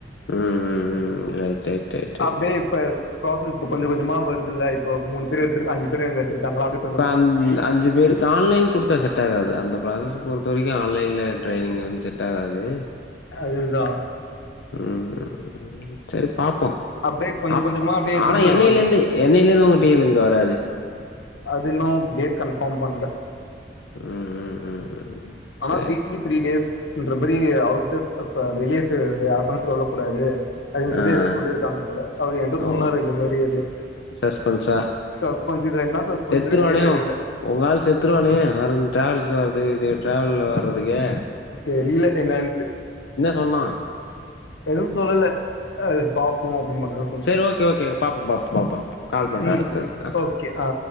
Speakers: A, on the left; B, on the left.
A: ம் ம் ம் ரைட் ரைட் ரைட் ரைட்
B: அப்டே இப்ப ப்ராசஸ் இப்ப கொஞ்ச கொஞ்சமா வருது இல்ல இப்போ மூணு பேர் எத்துற்க்கு அஞ்சு பேர் எடுத்துருக்காங்களா அப்டே
A: இப்ப அஞ் அஞ்சு பேரு ஆன்லைன் குடுத்தா செட் ஆகாது அந்த ப்ராசஸ்க்கு பொருத்த வரைக்கு ஆன்லைன்ல ட்ரைனிங் வந்து செட் ஆகாது
B: அதுதா
A: ம் சேரி பாப்போ
B: அப்டியே கொஞ்ச
A: அப்
B: கொஞ்சமா அப்டியே எடுத்துட்டு
A: ஆனா
B: போயிடுவாங்க
A: என்னைல இருந்து என்னைலேருந்து உங்க டீ எல் இங்க வராரு
B: அது இன்னு டேட் கன்ஃபார்ம் பண்ல
A: ம் ம் ம் ம்
B: ஆனா
A: சரி
B: வீக்லி த்ரீ டேஸ்ன்ற மாரி அவர்கிட்ட இப்ப வெளிய யாருக்கு சொல்லக் கூடாது அதுன்னு சொல்லி
A: ஆ
B: எதோ சொல்லிருக்காங்க போல அவர் என்ட்ட
A: ஓ
B: சொன்னார் இந்த மாரி அப்டின்ட்டு
A: சஸ்பென்ஸா
B: சஸ்பென்ஸ் இதுல என்ன சஸ்பென்ஸ்
A: செத்துருவானே
B: இருக்குன்னே தெரில
A: உங்க ஆள் செத்துருவானே வரது ட்ராவல்ஸ் வரது இது ட்ராவல்ல வறதுக்கே
B: தெரில என்னன்ட்டு
A: சொன்னா
B: எதுவு சொல்லல அது பாப்போ அப்டின் மட்டுதா
A: சேரி ஓகே ஓகே பாப்போ பாப்போ பாப்போ கால் பண்ற
B: ம்
A: அடுத்தது ஆ
B: ஓகே ஆ